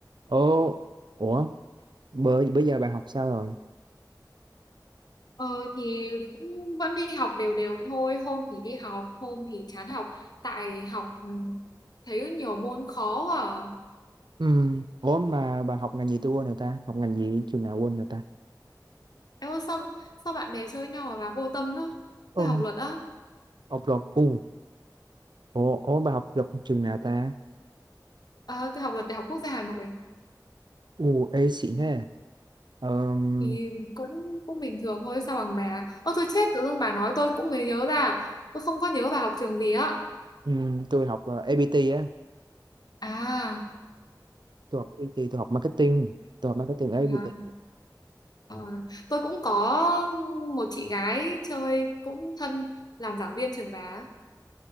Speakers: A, on the right; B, on the left.
A: Ồ, ủa, bữa, bữa giờ bà học sao rồi?
B: Ờ thì cũng vẫn đi học đều đều vậy thôi Hôm thì đi học, hôm thì chán học Tại học ừ, thấy nhiều môn khó à
A: Ừ, ủa mà bà học ngành gì tôi quên rồi ta? Học ngành gì trường nào quên rồi ta?
B: Em ơi, sao, sao bạn bè chơi nhau mà bà vô tâm á
A: Ừ.
B: Tôi học luật á
A: Học luật, u, ủa, ủa bà học luật trường nào ta?
B: à, Tôi học luật Đại học Quốc gia Hà Nội
A: U, ê xịn thế. Ờm,
B: Thì cũng cũng bình thường thôi Sao bằng bà Ơ tôi chết tự dưng bà nói tôi cũng mới nhớ ra Tôi không có nhớ bà học trường gì á
A: ừm, tôi học ờ, APT á,
B: À
A: tôi học APT, tôi học marketing, tôi học marketing ở APT.
B: À, à, tôi cũng có một chị gái chơi cũng thân làm giảng viên trường bà. á.